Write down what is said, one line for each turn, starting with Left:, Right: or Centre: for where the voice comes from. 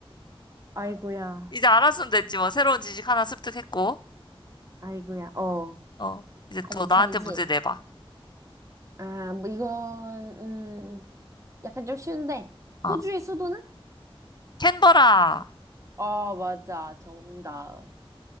Right: 아이고야,
Left: 이제 알았으면 됐지 뭐 새로운 지식 하나 습득했고
Right: 아이고야, 어.
Left: 어 이제
Right: 아저
Left: 또
Right: 차리지?
Left: 나한테 문제 내봐
Right: 아, 뭐, 이건, 음, 약간 좀 쉬운데.
Left: 어
Right: 호주의 수도는?
Left: 캔버라
Right: 아, 맞아. 정답.